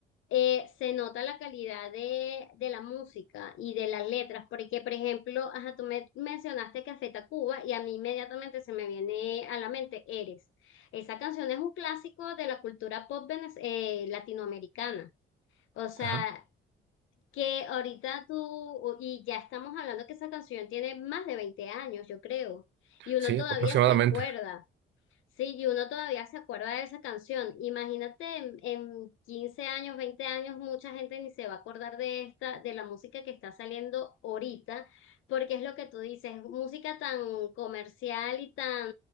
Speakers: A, on the left; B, on the right.
A: eh, se nota la calidad de, de la música y de las letras, porque por ejemplo, ajá, tú me mencionaste Café Tacuba y a mí inmediatamente se me viene a la mente Eres. Esa canción es un clásico de la cultura pop venez- eh, latinoamericana. O sea,
B: Ajá.
A: que ahorita tú, y ya estamos hablando que esa canción tiene más de 20 años, yo creo, y uno
B: Sí,
A: todavía
B: aproximadamente.
A: se acuerda. Sí, y uno todavía se acuerda de esa canción. Imagínate en, en 15 años, 20 años, mucha gente ni se va a acordar de esta, de la música que está saliendo ahorita, porque es lo que tú dices, música tan comercial y tan